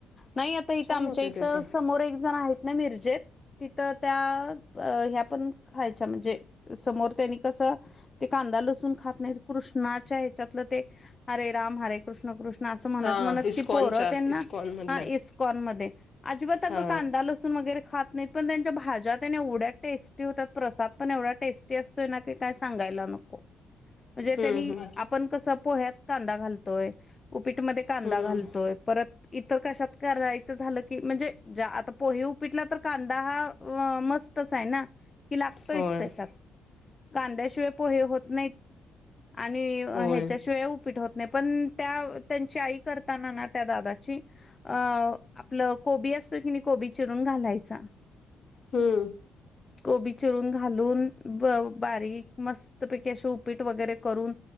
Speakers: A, on the left (about 25°); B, on the left (about 40°).
A: नाही आता इथं
B: छान
A: आमच्या
B: होतोय
A: इथं
B: ते पण
A: समोर एक जण आहेत ना मिर्जेत तिथं त्या ह्या पण खायच्या म्हणजे समोर त्यांनी कसं ते कांदा लसून खात नाहीत कृष्णाच्या ह्याच्यातलं ते हरे राम हरे कृष्ण कृष्ण अस म्हणत
B: हा
A: म्हणत
B: इस्कॉनच्या
A: ती पोरं तेन
B: इस्कॉन मधल्या
A: हा इस्कॉन मध्ये अजिबात अगं
B: हा
A: कांदा लसूण वगैरे खात नाहीत पण त्यांच्या भाज्या त्याने एवढ्या टेस्टी होतात प्रसाद पण एवढा टेस्टी असतोय ना की काय सांगायला नको म्हणजे
B: हम्म
A: त्यांनी
B: हम्म
A: आपण कसं पोह्यात कांदा घालतोय उपीटमध्ये कांदा
B: हम्म
A: घालतोय परत इतर कशात करायचं झालं की म्हणजे म्हणजे आता पोहे उपिटला तर कांदा हा मस्तच आहे ना कि लागतोयच
B: होय
A: त्याच्यात कांद्याशिवाय पोहे होत नाहीत आणि अ
B: होय
A: हेच्या शिवाय उपीट होत नाही पण त्या त्यांची आई करताना ना त्या दादाची अ आपलं कोबी असतोय की नाही कोबी चिरून घालायचा
B: हम्म
A: कोबी चिरून घालून ब बारीक मस्त मस्तपैकी उपीट वगैरे करून